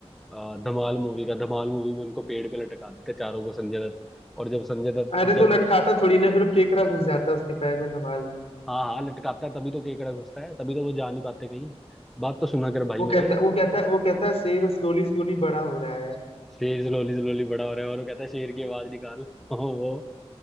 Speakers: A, in the centre; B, on the left.
A: अ, धमाल मूवी का धमाल मूवी में उनको पेड़ पे लटका देते हैं चारों को संजय दत्त और जब संजय दत्त
B: अरे
A: जब
B: तो लटकाता थोड़ी ना फिर वो केकड़ा घुस जाता है उसके पैर में धमाल में
A: हाँ हाँ लटकाता है तभी तो केकड़ा घुसता है तभी तो वो जा नहीं पाते कहीं बात तो सुना कर भाई
B: वो
A: मेरे
B: कहता वो कहता वो कहता है शेर स्लोली स्लोली बड़ा हो रहा है
A: शेर जलोली जलोली बड़ा हो रहा है और वो कहता है शेर की आवाज निकाल <laughs> और वो